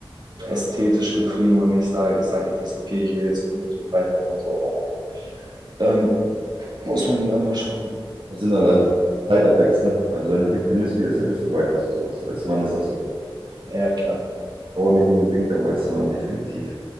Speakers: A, on the right; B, on the right.
A: ästhetisch getrieben und ich sage, ich sage jetzt nicht so, okay, ich will jetzt so unfassbar breit werden oder so, aber naja. Ähm, muss man dann mal schauen.
B: Das sind allein Side-Effects, ne? Also wenn du viel trainierst, viel isst, dann wirst du breit. Das ist einfach so. Als Mann ist das so.
A: Ja, klar.
B: Frau nicht unbedingt, aber als Mann definitiv.